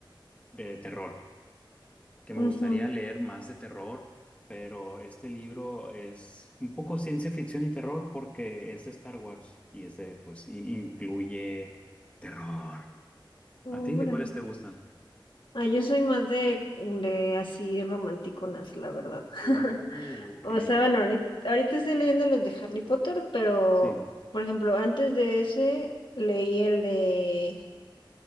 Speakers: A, on the left; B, on the left.
A: de terror. que me
B: Ujú.
A: gustaría leer más de terror, pero este libro es un poco ciencia ficción y terror porque es de Star Wars y es de, pues, i- incluye terror.
B: Oh,
A: ¿A ti de
B: Órale.
A: cuáles te gustan?
B: Ah, yo soy más de, de así romanticonas, la verdad.
A: Uh,
B: <laughs>
A: ok.
B: O sea, bueno, ahorita, ahorita estoy leyendo los de Harry Potter, pero
A: Sí,
B: por ejemplo, antes de ese leí el de